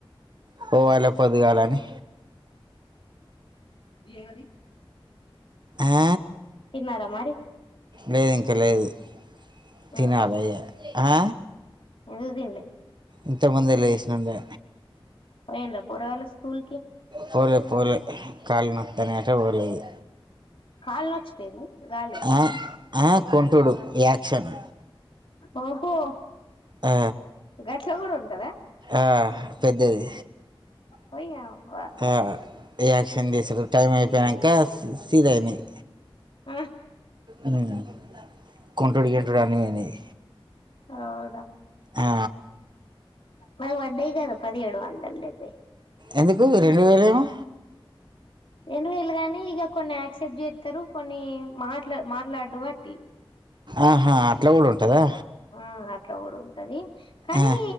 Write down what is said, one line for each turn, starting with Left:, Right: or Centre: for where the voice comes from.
Right: పోవాలి పొద్దుగాలని
Left: ఏమని
Right: ఆ
Left: ఉన్నారా మరి
Right: లేదు ఇంకా లేదు తినాలి
Left: ఎందుకో
Right: ఇగ ఆ
Left: ఎందుకు తినలే
Right: ఇంతకుముందే లేసినాగా
Left: ఎంద పోరగాలు స్కూలుకి
Right: పోలే పోలే కాళ నొతనయంట పోలేదు
Left: కాళ నచ్చుతాంది ఏంది గాలికి
Right: ఆ? ఆ? కుంటుడు యాక్షన్
Left: ఒహ్హో
Right: ఆ,
Left: గట్ల కూడా ఉంటదా
Right: ఆ పెద్దది
Left: పోయి అవ్వ
Right: ఆ ఏయాక్షన్ చేసారు టైం అయిపోయినకా సీద అయినాయి
Left: ఆ
Right: ఉమ్. కుంటుడు గింటుడు అని పోయినాయి
Left: అవునా
Right: ఆ.
Left: మాకి పడ్డాయి కదా పదిహేడు వందలు డబ్యే
Right: ఎందుకు రెండు వేలు ఏమో
Left: రెండు వేలు గాని ఇక కొన్ని యాక్సెప్ట్ చేస్తారు కొన్ని మాట్లా మాట్లాడు బట్టి
Right: ఆహా అట్లా కూడా ఉంటదా
Left: ఆ అట్లా కూడా ఉంటది కానీ
Right: ఆ,